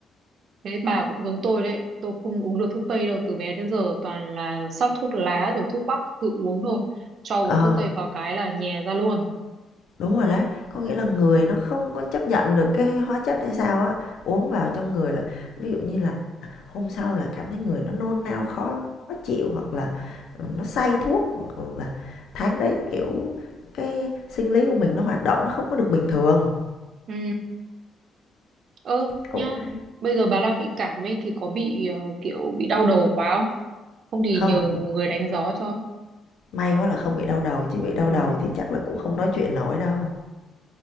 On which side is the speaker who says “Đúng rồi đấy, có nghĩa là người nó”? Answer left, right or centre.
Left